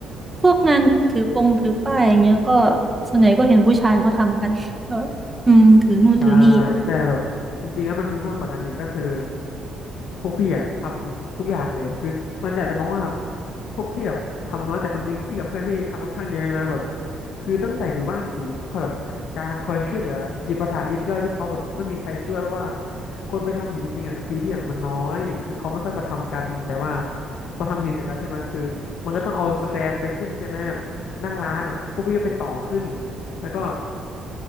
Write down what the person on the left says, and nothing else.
ใช่แต่แบบจริงๆแล้วมันมีมากกว่านั้นอีกก็คือพวกพี่อะทำทุกอย่างเลยคือมันอยากจะมองว่าพวกพี่แบบทำน้อยแต่ความจริงพี่กับเพื่อนพี่ทำค่อนข้างเยอะนะแบบคือตั้งแต่อยู่บ้านสีคอยแบบจัดการคอยช่วยเหลือจิปาถะยิบย่อยที่เขาแบบไม่มีใครช่วยเพราะว่าคนไปทำสีจริงๆอะปีพี่อะมันน้อยคือเขาไม่ค่อยประทำกันแต่ว่าพอทำสีเสร็จแล้วใช่ไหมคือมันก็ต้องเอาสแตนไปขึ้นใช่ไหมนั่งร้านอะพวกพี่ก็ไปต่อขึ้นแล้วก็